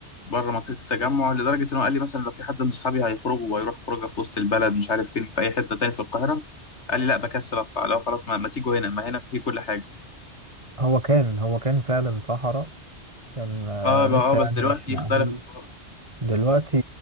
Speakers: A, on the left; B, on the right.
A: بره منطقه التجمع لدرجه ان هو قال لي مثلا لو في حد من اصحابي هيخرجوا وهيروح خروجه في وسط البلد مش عارف فين في اي حته تاني في القاهره قال لي لا بكسل اطلع لو خلاص ما, ما تيجوا هنا ما هناك فيه كل حاجه
B: هو كان هو كان فعلا صحراء كان آه،
A: اه بقى
B: لسه
A: اه بس
B: يعني
A: دلوقتي
B: مش مأهول
A: اختلفت خالص
B: دلوقتي